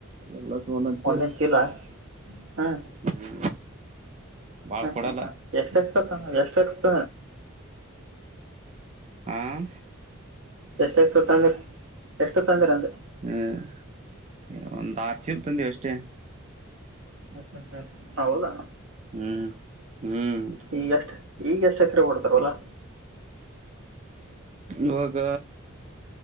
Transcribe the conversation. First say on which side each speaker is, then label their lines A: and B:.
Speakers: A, on the right; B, on the right.
A: ಎಲ್ಲಸು ಒಂದೊಂದ್
B: ಒಂದ ಚೀಲ ಹಾ
A: ಹ್ಮ್ ಬಾಳ್
B: ಹಾ
A: ಕೊಡಲ್ಲ
B: ಹಾ ಹ ಎಷ್ಟ ಆತ ಎಷ್ಟುಕ್ತ
A: ಹಾಂ
B: ಎಷ್ಟ ಎಷ್ಟು ತೊಂದ್ರ ಎಷ್ಟು ತೊಂದರ ಅಂದ್ರೆ
A: ಹ್ಮ್ ಒಂದ ಆರ್ಚ ಇಲ್ ತಂದವಿ ಅಷ್ಟೇ
B: ಹ್ಮ ಹ್ಮ್ ಹ್ಮ್ ಹೌದಾ
A: ಹ್ಮ್ ಹ್ಮ್
B: ಈಗ ಎಷ್ಟು ಈಗ ಎಷ್ಟ ಹತ್ತಿರ ಓಡ್ತಾರವಲ್ಲ
A: ಬಾಗ